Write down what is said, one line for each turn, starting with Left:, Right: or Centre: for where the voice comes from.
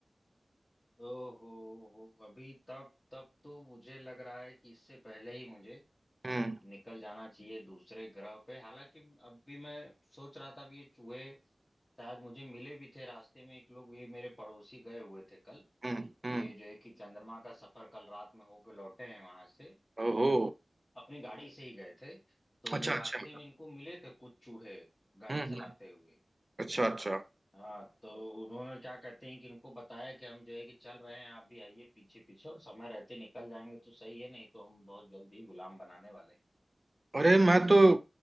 Left: ओहो हो अभी तब तब तो मुझे लग रहा है कि इससे पहले ही मुझे
Right: हम्म
Left: निकल जाना चाहिए दूसरे ग्रह पे हालांकि अभी मैं सोच रहा था भी ये चूहे शायद मुझे मिले भी थे रास्ते में एक लोग ये मेरे पड़ोसी गए हुए थे कल
Right: हम्म हम्म
Left: ये जो है कि चंद्रमा का सफर कल रात में होके लौटे हैं वहां से
Right: ओहो
Left: अपनी गाड़ी से ही गए थे तो
Right: अच्छा
Left: रास्ते
Right: अच्छा
Left: में इनको मिले थे कुछ चूहे गाड़ी
Right: हम्म हम्म,
Left: चलाते हुए
Right: अच्छा अच्छा
Left: हाँ तो उन्होंने क्या कहते हैं कि इनको बताया कि हम जो है कि चल रहे हैं आप भी आइए पीछे पीछे और समय रहते निकल जाएंगे तो सही है नहीं तो हम बहुत जल्दी गुलाम बनाने वाले हैं
Right: अरे मैं तो